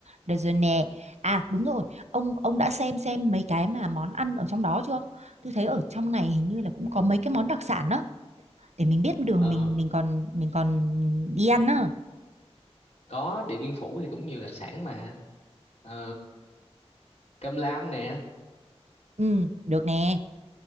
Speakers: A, on the right; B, on the left.
A: Được rồi nè. À đúng rồi, ông ông đã xem xem mấy cái mà món ăn ở trong đó chưa? Tôi thấy ở trong này hình như là cũng có mấy cái món đặc sản á, để mình biết đường
B: ờ
A: mình mình còn mình còn đi ăn á.
B: có Điện Biên Phủ thì cũng nhiều đặc sản mà ờ, cơm lam nè
A: Ừ, được nè.